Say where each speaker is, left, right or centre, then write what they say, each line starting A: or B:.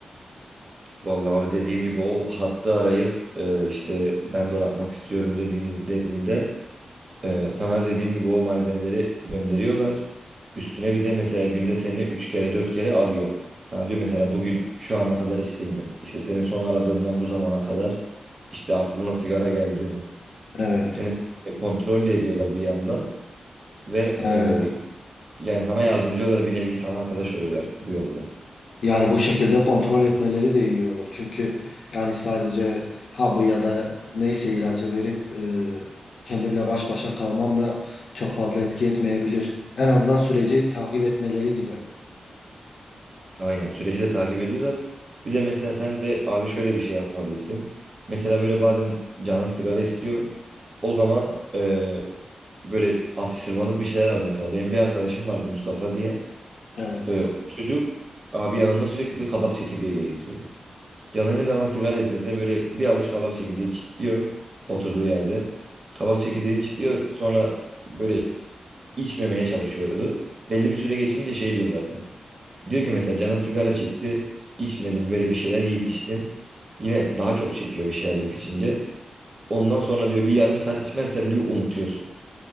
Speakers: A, on the right; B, on the left.
A: Vallahi abi dediğim gibi o hattı arayıp e, işte ben bırakmak istiyorum dediğiniz dediğinde e, sana dediğim gibi o malzemeleri gönderiyorlar. Üstüne bir de mesela günde seni 3 kere 4 kere arıyor. Sana diyor mesela bugün şu ana kadar içtin mi? İşte seni son aradığımdan bu zamana kadar işte aklına sigara geldi mi?
B: Evet.
A: Seni kontrol de ediyorlar bir yandan ve
B: He.
A: e, yani sana yardımcı oluyorlar bir nevi sana arkadaş oluyorlar bu yolda.
B: Yani bu şekilde kontrol etmeleri de iyi olur. Çünkü yani sadece hapı ya da neyse ilacı verip e, kendimle baş başa kalmam da çok fazla etki etmeyebilir. En azından süreci takip etmeleri güzel.
A: Aynen süreci de takip ediyorlar. Bir de mesela sen de abi şöyle bir şey yapabilirsin. Mesela böyle bazen canın sigara istiyor. O zaman e, böyle atıştırmalık bir şeyler al mesela. Benim bir arkadaşım vardı Mustafa diye.
B: Evet.
A: E, o çocuk abi yanımda sürekli kabak çekirdeğiyle geziyordu. Canı ne zaman sigara istese böyle bir avuç kabak çekirdeği çitliyor oturduğu yerde. Kabak çekirdeğini çitliyor sonra böyle içmemeye çalışıyordu. Belli bir süre geçince şey diyor zaten. Diyor ki mesela canın sigara çekti içmedin böyle bir şeyler yiyip içtin. Yine daha çok çekiyor bir şeyler yiyip içince. Ondan sonra diyor bir yarım saat içmezsen diyor unutuyorsun.